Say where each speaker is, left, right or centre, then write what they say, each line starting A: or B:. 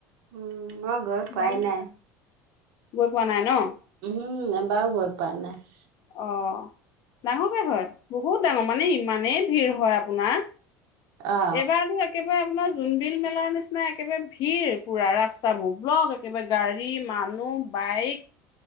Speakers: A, on the right (about 75°); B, on the left (about 55°).
A: উম! মই গৈ পোৱা
B: বাৰীত
A: নাই।
B: গৈ পোৱা নাই ন?
A: উম এবাৰো গৈ পোৱা নাই। <inaudible>
B: অ' ডাঙৰকে হয়। বহুত ডাঙৰ মানে ইমানেই ভিৰ হয় আপ পোনা
A: অ
B: এইবাৰটো একেবাৰে আপোনাৰ জোনবিল মেলাৰ নিচিনা একেবাৰে ভিৰ পুৰা ৰাস্তাবোৰ ব্লক একেবাৰে গাড়ী মানুহ বাইক।